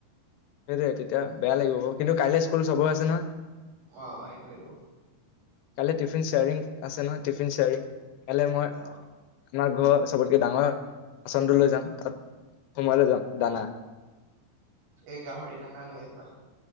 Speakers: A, on the left; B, on the right.
A: সেই তেতিয়া বেয়া লাগিব বাৰু। কিন্তু কাইলে স্কুল চবৰো আছে না।
B: অ সেইটোয়েটো।
A: কালি টিফিন শেয়াৰিং আছে ন টিফিন শেয়াৰিং কাইলে মই
B: অ
A: আমাৰ ঘৰ চবতকে ডাঙৰ বাচনটো লৈ যাম তাত সোমোয় লোই যাম দানা
B: এই গাহৰি দানা লৈ আহিবা